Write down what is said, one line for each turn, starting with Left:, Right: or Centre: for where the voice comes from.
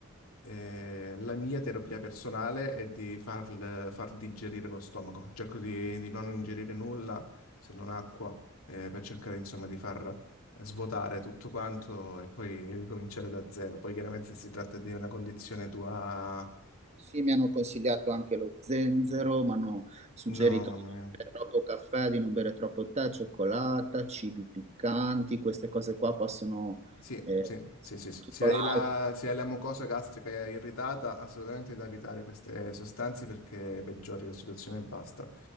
Left: eh, la mia terapia personale è di far, far digerire lo stomaco, cerco di, di non ingerire nulla se non acqua, eh, per cercare insomma di far svuotare tutto quanto e poi ricominciare da zero. Poi chiaramente se si tratta di una condizione tua...
Right: Sì, mi hanno consigliato anche lo zenzero, mi hanno suggerito
Left: No, mamma
Right: di non
Left: mia.
Right: bere troppo caffè, di non bere troppo tè, cioccolata, cibi piccanti, queste cose qua possono...
Left: Sì,
Right: eh,
Left: sì, sì, sì, sì.
Right: tutto
Left: Se hai
Right: l'acqua,
Left: la, se hai la mucosa gastrica irritata, assolutamente da evitare queste sostanze perché peggiori la situazione e basta.